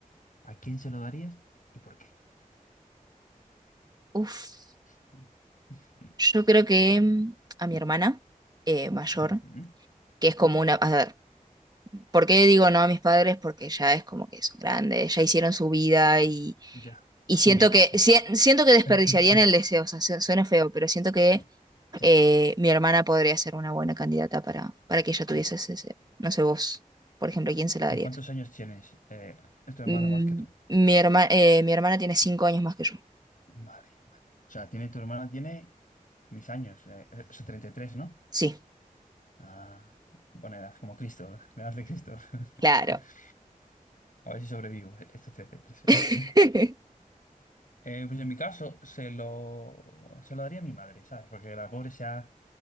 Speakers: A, on the left; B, on the right.
A: ¿a quién se lo darías y por qué?
B: Uf,
A: <laughs>
B: yo creo que mm, a mi hermana eh, mayor,
A: Ujú.
B: que es como una... A ver, ¿por qué digo no a mis padres? Porque ya es como que son grandes, ya hicieron su vida y,
A: Ya,
B: y siento
A: son viejos
B: que,
A: ya.
B: si- siento que desperdiciarían
A: <laughs>
B: el deseo, o sea, su- suena feo, pero siento que
A: Sí, ya.
B: eh, mi hermana podría ser una buena candidata para, para que ella tuviese
A: Mm.
B: ese deseo. No sé vos, por ejemplo, ¿a quién se la
A: ¿Y
B: darías?
A: cuántos años tienes? Eh, es tu hermana
B: Mm,
A: más que tú.
B: mi herma- eh, mi hermana tiene cinco años más que yo.
A: Vale, vale. O sea, tiene tu hermana, tiene mis años, eh, eh, o sea, treinta y tres ¿no?
B: Sí,
A: Ah, buena edad, como Cristo, la edad de Cristo.
B: claro.
A: <laughs> A ver si sobrevivo eh, estos treinta y tres
B: <laughs>
A: <laughs> Eh, pues en mi caso se lo, se lo daría a mi madre, ¿sabes? Porque la pobre se ha,